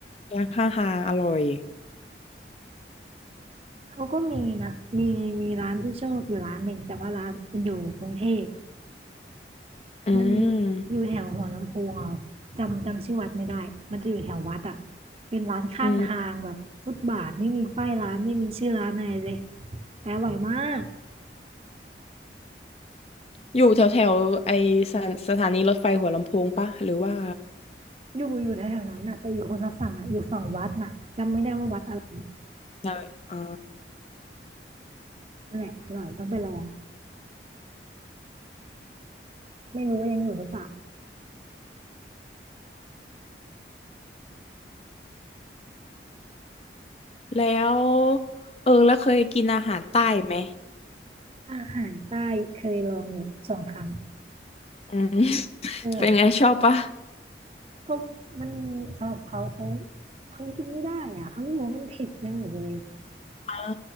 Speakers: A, on the left; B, on the right.
A: ร้านข้างทางอร่อย
B: เขาก็มีนะมีมีร้านที่ชอบอยู่ร้านหนึ่งแต่ว่าร้านมันอยู่กรุงเทพ
A: อืม
B: มันอยู่แถวหัวลำโพงเอาจำจำชื่อวัดไม่ได้มันจะอยู่แถววัดอ่ะเป็นร้านข้างทางแบบฟุตบาทไม่มีป้ายร้านไม่มีชื่อร้านอะไรเลย
A: อืม
B: แต่อร่อยมาก
A: อยู่แถวแถวไอสถานสถานีรถไฟหัวลำโพงปะหรือว่า
B: อยู่อยู่แถวๆนั้นน่ะแต่อยู่คนละฝั่งอ่ะอยู่ฝั่งวัดน่ะจำไม่ได้ว่าวัดอะไร
A: ใช่อ่า
B: นั่นแหละอร่อยต้องไปลองไม่รู้ว่ายังอยู่หรือเปล่า
A: แล้วเออแล้วเคยกินอาหารใต้ไหม
B: อาหารใต้เคยลองอยู่สองครั้ง
A: อืม <laughs>
B: เออ
A: เป็นไงชอบปะ
B: ก็มันสำหรับเขาเขาเขากินไม่ได้อ่ะเขาไม่รู้ว่ามันเผ็ดไปหมดเลย
A: อ่า